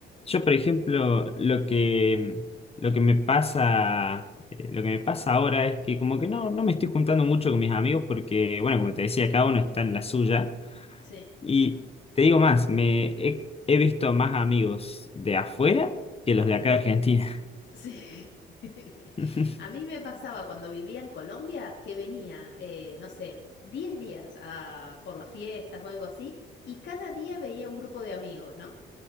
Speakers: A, on the left; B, on the left.
A: Yo,
B: Ujú,
A: por ejemplo, lo que, lo que me pasa, eh, lo que me pasa ahora es que como que no, no me estoy juntando mucho con mis amigos porque, bueno, como te decía, cada uno está en la suya.
B: Sí.
A: Y te digo más, me he he visto más amigos de afuera que los de acá de Argentina.
B: Sí. <laughs>
A: <laughs>
B: A mí me pasaba cuando vivía en Colombia que venía, eh, no sé, 10 días a- por las fiestas o algo así, y cada día veía un grupo de amigos, ¿no?